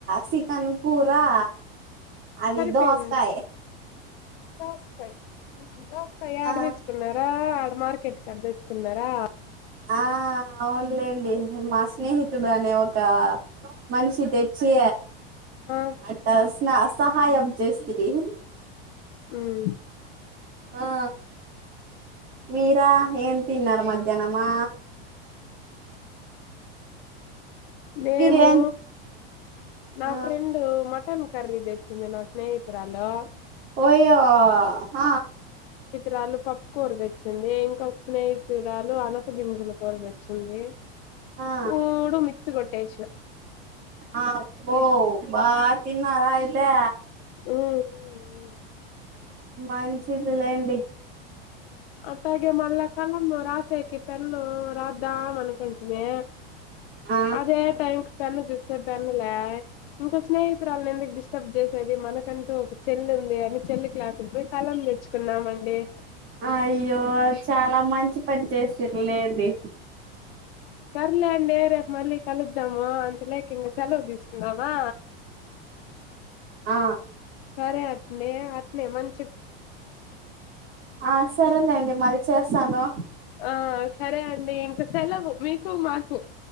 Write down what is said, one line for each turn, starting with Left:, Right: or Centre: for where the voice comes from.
Right: సికెన్ కూరా అది
Left: సరిపోయింది
Right: దోసకాయ్
Left: దోసకాయ్ దోసకాయ యాడ
Right: ఆ
Left: తెచ్చుకున్నారా ఆడ మార్కెట్ కాడ తెచ్చుకున్నారా
Right: ఆ అవునులేండి మా స్నేహితుడు అనే ఒక మనిషి తె చ్చి
Left: ఆ
Right: అట్ట స్నా సహాయం చేస్తిడి
Left: ఉమ్
Right: ఆ మీరా ఏం తిన్నారు మధ్యానమా
Left: మేమూ
Right: మీరేం
Left: నా
Right: ఆ
Left: ఫ్రెండు మ మట్టన్ కర్రి తెచ్చింది నా స్నేహితురాలో
Right: ఓయ్యో హ
Left: రాలు పప్పుకూర తెచ్చింది. ఇంకొ స్నేహితురాలు అనపు గింజల కూర తెచ్చింది.
Right: ఆ
Left: మూడు మిక్స్ కొట్టేశిన
Right: ఆ అప్పో బాగ తిన్నార అయితే
Left: ఉమ్, ఉమ్.
Right: మంచిది లేండి
Left: అట్టాగే మళ్ళా కలమ్ రాసేకి పెన్ను రాద్దాం అనుకుంటినే
Right: ఆ
Left: అదే టైం పెన్ను చూస్తే పెన్ను లా ఇంకా స్నేహితురాలని ఎందుకు డిస్టర్బ్ చేసేది మనకంటూ ఒక చెల్ ది అని చెల్లి క్లాసికి పోయి కళం తెచ్చుకున్నామండి.
Right: అయ్యో చాలా మంచి పని చేసిర్ లేండి
Left: సర్లే అండి రేపు మళ్ళీ కలుద్దాము అంతలేక ఇంక సెలవు తీసుకుందమా
Right: అ
Left: సరే అత్నే అత్నే మం
Right: ఆ సరేలేండి మరి చేస్తాను
Left: ఆ సరే అండి ఇంకా సెలవు మీకు మా కు